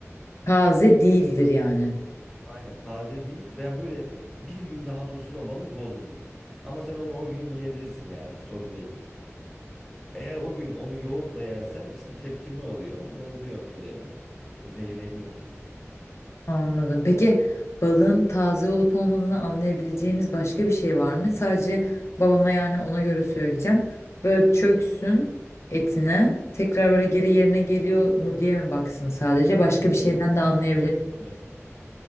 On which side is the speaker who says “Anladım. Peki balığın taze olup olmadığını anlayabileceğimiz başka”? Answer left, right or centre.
Left